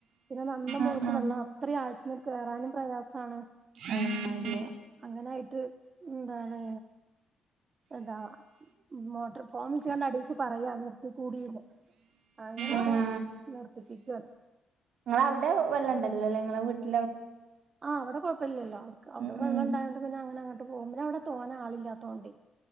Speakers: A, on the right; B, on the right.
A: പിന്നെ നന്ന മൊഴ്ക്ക്
B: ആഹ് ആഹ്
A: വെള്ളം അത്ര ആഴ്ത്തന്ന് കേറാനും പ്രയാസാണ്
B: ആഹ് അതെ
A: അങ്ങനയിട്ട് എന്താണ് എതാ മോട്റ് ഫോൺ വിളിച്ചണ്ടടുക്ക് പറയാ നിർത്തി കൂടീന്ന് അങ്ങനൊക്കെ
B: ആഹ്
A: നിർത്തിപ്പിക്കോ
B: ഇങ്ങളവിടെ വെള്ളോണ്ടല്ലോല്ലേ ഇങ്ങള വീട്ടി
A: ആഹ് അവിട കൊഴ്പ്പില്ലല്ലോ അവർക്ക് അവിടെ
B: ഉം
A: വെള്ളംണ്ടായോണ്ട്
B: ഉം
A: പിന്നെ അങ്ങനെ അങ്ങട്ട് പോമ്പ ഞ വിടെ തോനാ ആളില്ലാത്തോണ്ടേ